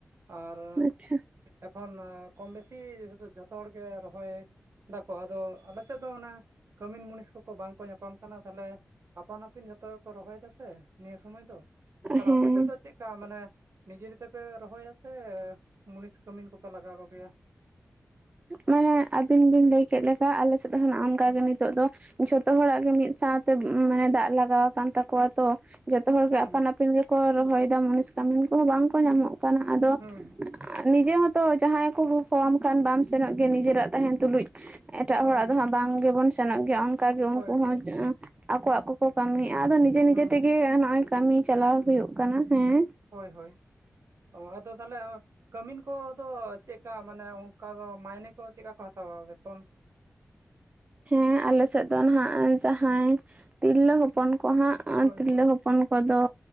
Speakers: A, on the right (about 65°); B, on the right (about 25°).
A: ᱟᱨ
B: ᱟᱪᱪᱷᱟ
A: ᱮᱠᱷᱚᱱ ᱠᱚᱢ ᱵᱮᱥᱤ ᱡᱚᱛᱚ ᱦᱚᱲᱜᱮ ᱨᱚᱦᱚᱭᱼᱼ ᱟᱫᱚ ᱟᱞ ᱥᱮᱫ ᱫᱚ ᱚᱱᱮᱼᱼ ᱠᱟᱹᱢᱤᱱ ᱢᱩᱱᱤᱥ ᱠᱚᱠᱚ ᱵᱟᱝ ᱠᱚ ᱧᱟᱯᱟᱢ ᱠᱟᱱᱟ ᱛᱟᱦᱞᱮ ᱟᱯᱟᱱ ᱟᱹᱯᱤᱱ ᱡᱷᱚᱛᱚ ᱜᱮᱠᱚ ᱨᱚᱦᱚᱭ ᱫᱟ ᱥᱮ᱾ ᱱᱤᱭᱟᱹ ᱥᱚᱢᱚᱭ ᱫᱚ ᱛᱟᱦᱞᱮ
B: ᱦᱮᱸ
A: ᱟᱯᱮ ᱥᱮᱫ ᱫᱚ ᱪᱮᱫᱠᱟ ᱢᱟᱱᱮ? ᱱᱤᱡᱮ ᱱᱤᱡᱮ ᱯᱮ ᱨᱚᱦᱚᱭᱟ ᱥᱮ ᱢᱩᱱᱤᱥ ᱠᱟᱹᱢᱤᱱ ᱠᱚᱯᱮ ᱞᱟᱜᱟᱣ ᱠᱚ ᱜᱮᱭᱟ?
B: ᱢᱟᱱᱮ ᱟᱹᱵᱤᱱ ᱵᱤᱱ ᱞᱟᱹᱭ ᱠᱮᱫ ᱞᱮᱠᱟ ᱟᱞᱮ ᱥᱮᱫ ᱫᱚ ᱚᱱᱠᱟᱜ
A: ᱦᱩᱸ
B: ᱜᱮ ᱱᱤᱛᱚᱜ ᱫᱚ᱾ ᱡᱷᱚᱛᱚ ᱦᱚᱲᱟᱜ ᱜᱮ ᱢᱤᱫ ᱥᱟᱶᱛᱮ ᱢᱟᱱᱮ ᱫᱟᱜ ᱞᱟᱜᱟᱣ ᱟᱠᱟᱱ ᱛᱟᱠᱚᱣᱟ ᱛᱚ ᱡᱷᱚᱛᱚ ᱦᱚᱲ
A: ᱦᱩᱸ
B: ᱜᱮ ᱟᱯᱟᱱ ᱟᱹᱯᱤᱱ ᱜᱮᱼᱼ ᱠᱚ ᱨᱚᱦᱚᱭᱮᱫᱟᱢ ᱢᱩᱱᱤᱥ ᱠᱟᱹᱢᱤᱱ ᱠᱚᱦᱚᱸ ᱵᱟᱝ ᱠᱚ ᱧᱟᱢᱚᱜ ᱠᱟᱱᱟ ᱟᱫᱚᱼᱼ
A: ᱦᱩᱸ
B: ᱱᱤᱡᱮ ᱦᱚᱸᱛᱚ ᱡᱟᱦᱟᱸᱭ ᱠᱚ ᱠᱚ ᱦᱚᱦᱣᱟᱢ ᱠᱷᱟᱱ ᱵᱟᱢ ᱥᱮᱱᱚᱜ ᱜᱮᱭᱟ ᱱᱤᱡᱮᱨᱟᱜ ᱛᱟᱦᱮᱱ ᱛᱩᱞᱩᱡᱼᱼ ᱮᱴᱟᱜ
A: ᱦᱩᱸ
B: ᱦᱚᱲᱟᱜ ᱫᱚᱦᱟᱸᱜ ᱵᱟᱝ ᱜᱮᱵᱚᱱ ᱥᱮᱱᱚᱜ ᱜᱮᱭᱟ ᱚᱱᱠᱟᱜ ᱜᱮ
A: ᱦᱳᱭ
B: ᱩᱱᱠᱩ
A: ᱦᱳᱭ
B: ᱦᱚᱸᱼᱼ ᱟᱠᱚᱣᱟᱜ ᱠᱚᱠᱚ ᱠᱟᱹᱢᱤᱭᱮᱫᱼᱟ ᱟᱫᱚ ᱱᱤᱡᱮ ᱱᱤᱡᱮ
A: ᱦᱩᱸ
B: ᱛᱮᱜᱮ ᱱᱚᱜᱚᱭ ᱠᱟᱹᱢᱤ ᱪᱟᱞᱟᱣ ᱦᱩᱭᱩᱜ ᱠᱟᱱᱟ ᱦᱮᱸᱼᱼ
A: ᱦᱳᱭ ᱦᱳᱭ ᱚ ᱟᱫᱚ ᱛᱟᱦᱚᱞᱮ ᱠᱟᱹᱢᱤᱱᱼᱼ ᱠᱚᱫᱚ ᱪᱮᱫᱠᱟ ᱢᱟᱱᱮ ᱚᱱᱠᱟ ᱫᱚ ᱢᱟᱭᱱᱮ ᱠᱚ ᱪᱮᱫᱠᱟ ᱠᱚ ᱦᱟᱛᱟᱣᱟ ᱵᱮᱛᱚᱱ?
B: ᱦᱮᱸ ᱟᱞᱮ ᱥᱮᱫ ᱫᱚ ᱱᱟᱦᱜ ᱡᱟᱦᱟᱸᱭ ᱛᱤᱨᱞᱟᱹ ᱦᱚᱯᱚᱱ ᱠᱚ ᱦᱟᱸᱜ
A: ᱦᱳᱭ
B: ᱛᱤᱨᱞᱟᱹ
A: ᱦᱳᱭ
B: ᱦᱚᱯᱚᱱᱼᱼ ᱠᱚᱫᱚ